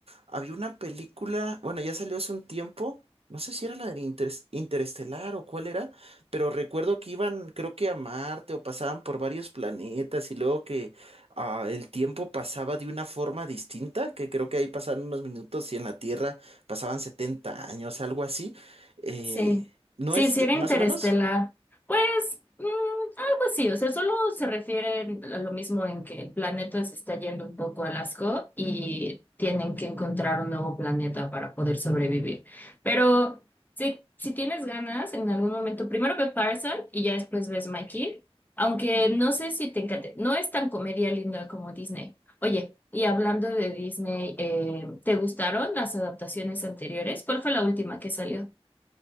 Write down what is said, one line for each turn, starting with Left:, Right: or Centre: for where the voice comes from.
Right: Había una película, bueno, ya salió hace un tiempo, no sé si era la de Interes- Interestelar o cuál era, pero recuerdo que iban, creo que a Marte o pasaban por varios planetas y luego que ah, el tiempo pasaba de una forma distinta, que creo que ahí pasaban unos minutos y en la Tierra pasaban 70 años, algo así. Eh,
Left: Sí,
Right: ¿no
Left: sí,
Right: es
Left: sí
Right: de-
Left: era
Right: más
Left: interestelar.
Right: o menos?
Left: Pues mm, algo así, o sea, solo se refiere a lo mismo en que el planeta se está yendo un poco a asco y tienen que encontrar un nuevo planeta para poder sobrevivir. Pero si, si tienes ganas, en algún momento, primero ve Parasite y ya después ves Mikey, aunque no sé si te encante, no es tan comedia linda como Disney. Oye, y hablando de Disney, eh, ¿te gustaron las adaptaciones anteriores? ¿Cuál fue la última que salió?